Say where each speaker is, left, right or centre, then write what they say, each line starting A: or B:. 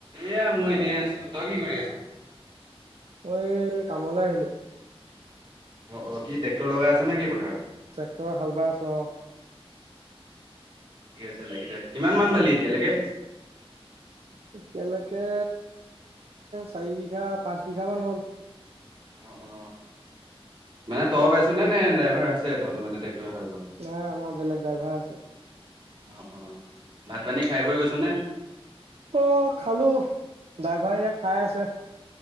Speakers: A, on the right; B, on the right.
A: এয়া মই এনেই আছো তই কি কৰি আছ।
B: মই কামলৈ আহিলো।
A: অ অ কি ট্ৰেক্টৰ লগাই আছে নে কি পথাৰত-
B: ট্ৰেক্টৰ হাল বাই আছোঁ অ
A: তই লাগি থাক কিমান মান বালি এতিয়ালৈকে।
B: এতিয়ালৈকে চাৰি বিঘা পাঁচ বিঘামান হ'ল।
A: অ অ মানে তই বাইছ নে নে ড্ৰাইভাৰ আছে তহঁতৰ মানে। হাল বোৱা?
B: নাই আমাৰ বেলেগ ড্ৰাইভাৰ আছে।
A: অ অ ভাত পানী খাই বৈ গৈছ নে।
B: অ খালো ড্ৰাইভাৰে এয়া খাই আছে।